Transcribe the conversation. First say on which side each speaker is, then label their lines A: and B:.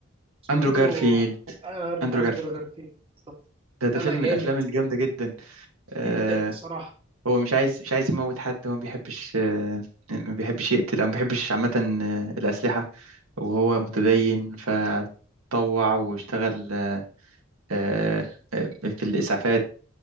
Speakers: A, on the right (about 25°); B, on the right (about 85°).
A: اسمه
B: اندرو
A: اندرو
B: جارفيلد
A: آه، أر-
B: اندرو
A: اندرو
B: جارفيلد
A: جارفيلد بالظبط
B: ده ده
A: لا
B: فيلم
A: لا جامد
B: من الافلام الجامده جدا آه،
A: جدا صراحه
B: هو مش عايز مش عايز يموت حد هو ما بيحبش آه، ما بيحبش يقتل او ما بيحبش عامة آه، الأسلحة وهو متدين فطوع واشتغل آه، آه، في الإسعافات